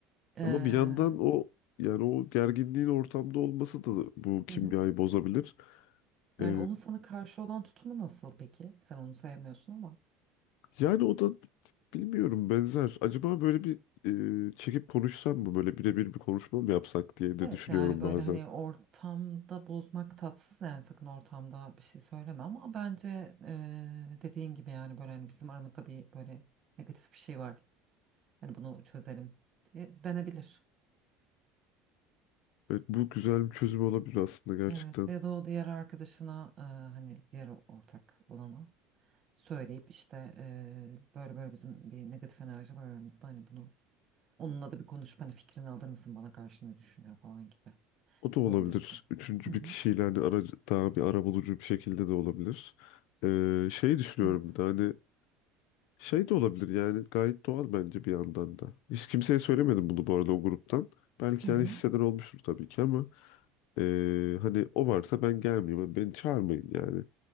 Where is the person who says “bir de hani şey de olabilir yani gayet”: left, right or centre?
Left